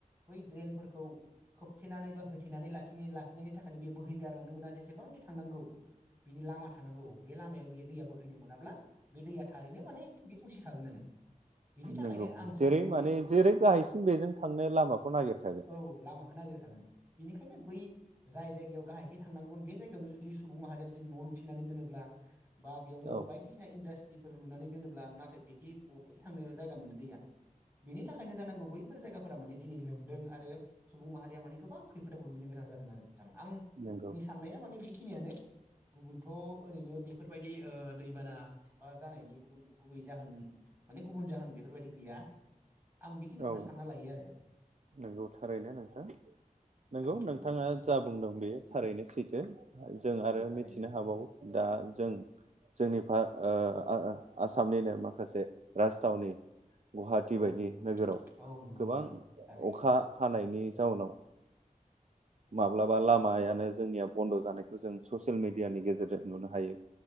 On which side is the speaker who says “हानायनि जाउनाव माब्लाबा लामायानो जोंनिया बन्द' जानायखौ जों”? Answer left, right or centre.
Right